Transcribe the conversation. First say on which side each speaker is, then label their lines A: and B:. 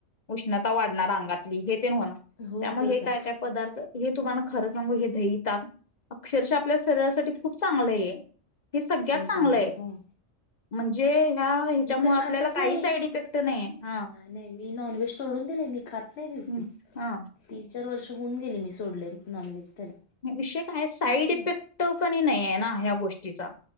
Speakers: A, on the left; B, on the left.
A: उष्णता वाढणार अंगातली हे ते होणार
B: हो
A: त्यामुळे
B: तर काय
A: काही काही पदार्थ तुम्हाला खरं सांगु हे ताई इथं अक्षरशः आपल्या शरीरासाठी खूप चांगलं आहे हे सगळ्यात चांगलं
B: चांगलयं
A: आहे
B: हं
A: म्हणजे ह्या ह्याच्यामुळे
B: मी तर
A: आपल्याला
B: खातच
A: काही
B: नाही,
A: साईड इफेक्ट नाहीये हा
B: नाही मी नॉनव्हेज सोडून मी खात नाही बिलकुल
A: हं, हा
B: तीन चार वर्ष होऊन गेले मी सोडले नॉनव्हेज- त्याला
A: विषय काय साईड
B: खात नाही
A: इफेक्ट कण नाहीये ना या गोष्टीचा.